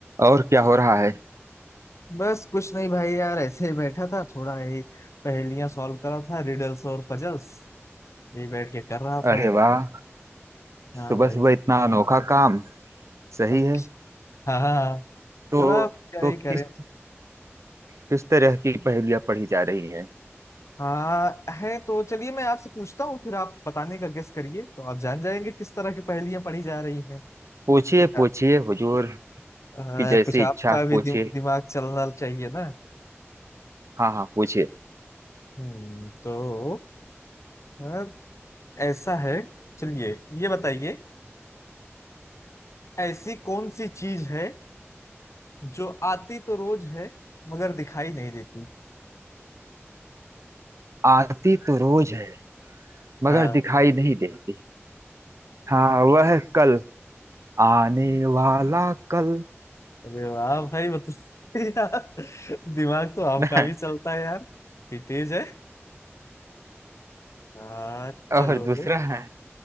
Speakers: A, on the right; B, on the left.
A: और क्या हो रहा है
B: बस कुछ नहीं भाई यार ऐसे ही बैठा था थोड़ा यही पहेलियां सॉल्व कर रहा था रिडल्स और पजल्स यही बैठ के कर रहा था
A: अरे वाह
B: हाँ
A: सुबह
B: भाई
A: सुबह इतना अनोखा काम सही
B: अब
A: है
B: हाँ हाँ, हाँ,
A: तो
B: थोड़ा अब क्या
A: तो
B: ही
A: किस
B: करें
A: किस तरह की पहेलियां पढ़ी जा रही है
B: हाँ है तो चलिए मैं आपसे पूछता हूँ फिर आप बताने का गेस करिए तो आप जान जाएंगे किस तरह की पहेलियां पढ़ी जा रही हैं
A: पूछिए
B: कुछ
A: पूछिए
B: आ,
A: हुजूर
B: आ,
A: की जैसी
B: कुछ आपका
A: इच्छा पूछिए
B: भी दिम, दिमाग चलना चाहिए ना
A: हाँ हाँ पूछिए
B: हम्म तो आ, ऐसा है चलिए ये बताइए ऐसी कौन सी चीज है जो आती तो रोज है मगर दिखाई नहीं देती
A: आती तो रोज है मगर
B: हाँ
A: दिखाई नहीं देती हाँ वह कल आने वाला कल
B: अरे वाह भाई मतलब <laughs> यार दिमाग तो आपका
A: <laughs>
B: भी चलता है यार ये तेज है हाँ चलो
A: और दूसरा है